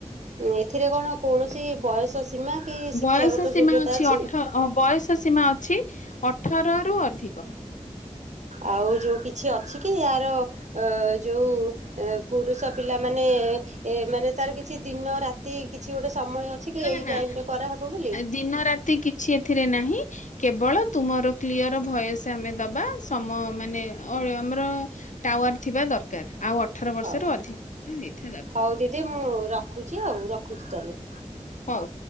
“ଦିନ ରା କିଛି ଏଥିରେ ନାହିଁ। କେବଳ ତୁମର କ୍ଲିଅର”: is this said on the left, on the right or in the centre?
Left